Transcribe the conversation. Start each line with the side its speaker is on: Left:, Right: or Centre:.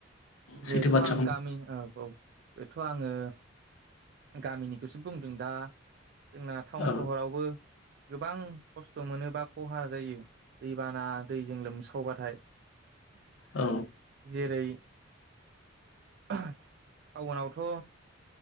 Left: सैथो
Right: बेथ'
Left: बाथ्राखौ
Right: आं गामि औ औ बेथ' आङो गामिनिखौसो बुंदों दा जोंना टाउन
Left: औ
Right: सहरावबो गोबां खस्थ' मोनोबा खहा जायो दैबाना दैजों लोमसावबाथाय
Left: औ
Right: जेरै <unintelligible> टाउनावथ' ओ